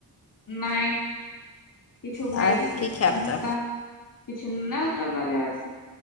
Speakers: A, on the left; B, on the left.
A: नहि किछु
B: आँय
A: भइजी
B: की खायब
A: अनता
B: तऽ
A: किछु नेने औतय बाजारसँ